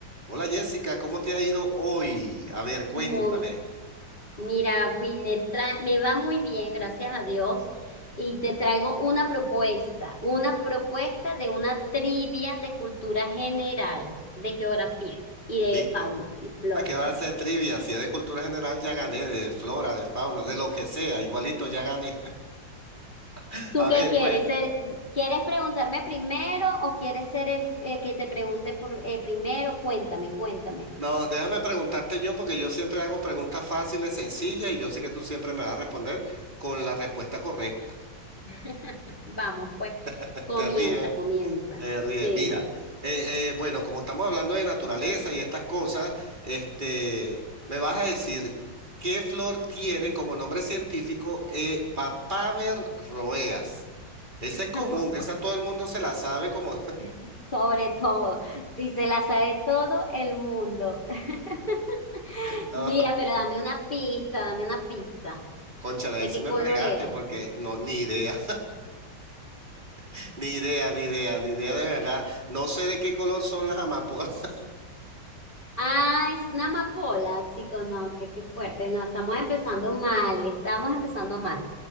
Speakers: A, on the right (about 25°); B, on the left (about 25°).
A: Hola Jessica, ¿cómo te ha ido hoy? A ver, cuéntame.
B: Mu- Mira, Wilner, tra- me va muy bien, gracias a Dios. Y te traigo una propuesta, una propuesta de una trivia de cultura general, de geografía y de
A: Listo.
B: fauna y flora.
A: ¿Para qué vas a hacer trivia? Si es de cultura general, ya gané, de flora, de fauna, de lo que sea, igualito
B: <laughs>
A: ya gané. <laughs>
B: ¿Tú
A: A
B: qué
A: ver,
B: quieres
A: pues.
B: ser? ¿Quieres preguntarme primero o quieres ser el eh, que te pregunte por, eh, primero? Cuéntame, cuéntame.
A: No, déjame preguntarte yo, porque yo siempre hago preguntas fáciles, sencillas, y yo sé que tú siempre me vas a responder con la respuesta correcta.
B: <laughs> Vamos, pues,
A: <laughs>
B: comienza,
A: Te ríes.
B: comienza.
A: Te ríes.
B: Sí.
A: Mira, eh, eh, bueno, como estamos hablando de naturaleza y estas cosas, este, me vas a decir qué flor tiene como nombre científico eh, Papaver roeas. Esa
B: <laughs>
A: es común, esa todo el mundo se la sabe como...
B: <laughs> Sobre todo, si se la sabe todo el mundo. <laughs>
A: <laughs> No,
B: Mira, pero dame una pista, dame una pista.
A: cónchale,
B: ¿De
A: ahí sí
B: qué
A: me
B: color
A: fregaste
B: es?
A: porque no, ni idea, <laughs> ni idea, ni idea, ni idea de verdad. No sé de qué color son las amapolas.
B: Ah, es una amapola, chicos, no, qué, qué fuerte. No, estamos empezando mal, estamos empezando mal.